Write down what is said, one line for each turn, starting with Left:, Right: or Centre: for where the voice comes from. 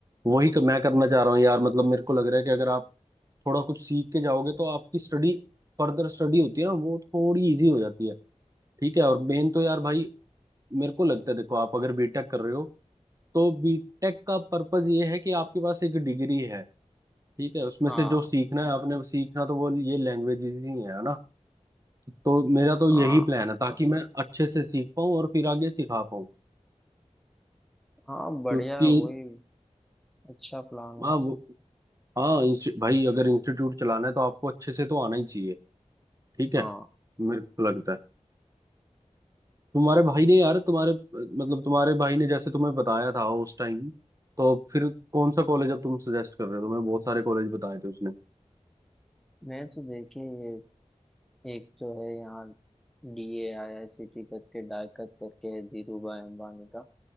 Right: वही क- मैं करना चाह रहा हूँ यार मतलब मेरे को लग रहा है कि अगर आप थोड़ा कुछ सीख के जाओगे तो आपकी स्टडी फर्दर स्टडी होती है ना वो थोड़ी इजी हो जाती है ठीक है और मेन तो यार भाई मेरे को लगता है देखो आप अगर बीटेक कर रहे हो तो बीटेक का पर्पस ये है कि आपके पास एक डिग्री है ठीक है उसमें
Centre: हाँ
Right: से जो सीखना है आपने सीखना तो वो ये लैंग्वेजेस ही है ना तो मेरा तो यही
Centre: हाँ
Right: प्लान है ताकि मैं अच्छे से सीख पाऊँ और फिर आगे सिखा पाऊँ
Centre: हाँ बढ़िया
Right: क्योंकि
Centre: वही अच्छा प्लान है
Right: हाँ वो हाँ इंस्टि- भाई अगर इंस्टीट्यूट चलाना है तो आपको अच्छे से तो आना ही चाहिए ठीक
Centre: हाँ
Right: है मेरे को लगता है तुम्हारे भाई ने यार तुम्हारे मतलब तुम्हारे भाई ने जैसे तुम्हें बताया था उस टाइम तो फिर कौन सा कॉलेज अब तुम सजेस्ट कर रहे हो तुम्हें बहुत सारे कॉलेज बताए थे उसने।
Centre: मैं तो देखे ये एक तो है यहाँ डी ए आई आई सी टी करके डाइकत करके है धीरूभाई अंबानी का